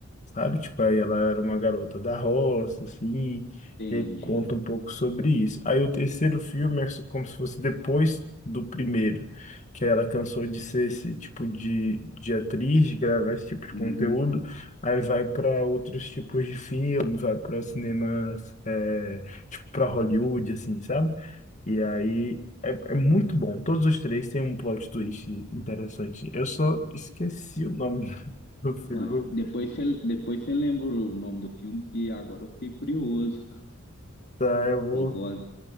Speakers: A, on the left (about 35°); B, on the left (about 50°).
A: sabe? Tipo, aí ela era uma garota da roça, assim,
B: entendi.
A: e aí conta um pouco sobre isso. Aí o terceiro filme é so- como se fosse depois do primeiro, que aí ela cansou de ser esse tipo de, de atriz, de gravar esse tipo de
B: Uhum.
A: conteúdo, aí vai para outros tipos de filme, vai para cinemas, é, tipo, para Hollywood, assim, sabe? E aí. É, é muito bom. Todos os três têm um plot twist interessante. Eu só esqueci o nome <laughs> do filme.
B: Uai, depois você depois você lembra o nome do filme, que agora eu fiquei curioso.
A: Tá, eu vou
B: Eu gosto,